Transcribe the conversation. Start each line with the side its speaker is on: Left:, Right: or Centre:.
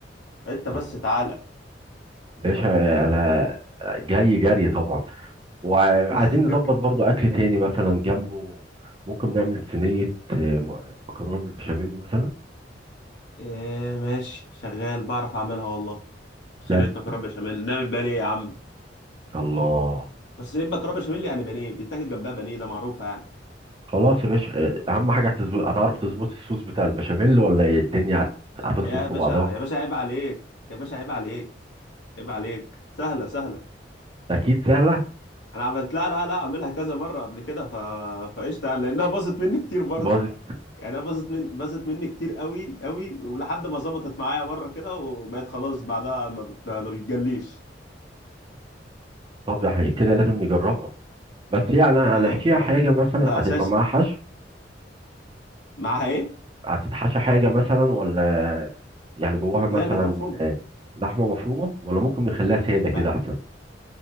Left: أنت بس
Right: الله
Left: تعالى
Right: باشا انا جاي جري طبعا وعايزين
Left: <laughs>
Right: نظبط برضو اكل تاني مثلا جنبه ممكن نعمل صينية آه، م- مكرونة بالبشاميل مثلا
Left: إيه ماشي شغال بعرف أعملها والله صينية
Right: بجد
Left: مكرونة بشاميل نعمل بانيه يا عم
Right: الله
Left: بس نبقى كرامة بشاميل يعني بانيه بيتاكل جنبها بانيه ده معروفة يعني
Right: خلاص يا باشا آه، اهم حاجة هتظبط هتعرف تظبط الصوص بتاع البشاميل ولا ايه الدنيا هت- هتدخل
Left: يا
Right: في
Left: باشا
Right: بعضها
Left: يا باشا عيب عليك يا باشا عيب عليك عيب عليك سهلة سهلة
Right: اكيد سهلة
Left: انا عملت لا لا لا اعملها كذا مرة قبل كده ف فقشطة يعني لانها باظت مني كتير برضه
Right: باظت
Left: يعني انا باظت من باظت مني كتير قوي قوي ولحد ما ظبطت معايا مرة كده وبقت خلاص بعدها ما, بت... ما بتجليش
Right: طب ده احنا كده لازم نجربها بس يعني هنحكيها
Left: لا يا نهار
Right: حاجة
Left: ابيض
Right: مثلا
Left: ده
Right: هتبقى
Left: اساسي
Right: معاها حشو
Left: معاها ايه
Right: هتتحشى حاجة مثلا ولا يعني جواها مثلا
Left: هي اللحمة مفرومة
Right: آه، لحمة مفرومة ولا ممكن نخليها سادة
Left: ما...
Right: كده أحسن